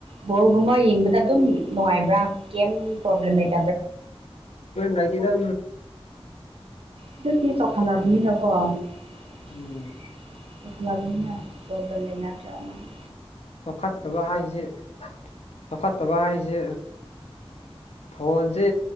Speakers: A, on the right; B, on the left.
A: ꯕꯣꯜꯒꯨꯝꯕ ꯌꯦꯡꯕꯗ ꯑꯗꯨꯝ ꯅꯨꯡꯉꯥꯏꯕ꯭ꯔꯥ ꯀꯩ ꯄ꯭ꯔꯣꯕ꯭ꯂꯦꯝ ꯂꯩꯇꯦ
B: ꯔꯥꯏꯇꯗ
A: ꯑꯗꯨ ꯇꯈꯅꯅꯥꯕꯨ ꯅꯀ ꯑꯣꯈ
B: ꯎꯝ
A: ꯂꯒꯅꯤꯅ ꯇꯗꯃꯦꯅꯥ ꯇ꯭ꯔꯃꯅꯤ
B: ꯆꯥꯎꯈꯠꯇꯕ ꯍꯥꯏꯁꯦ ꯆꯥꯎꯈꯠꯇꯕ ꯍꯥꯏꯁꯦ ꯐꯣꯟꯁꯦ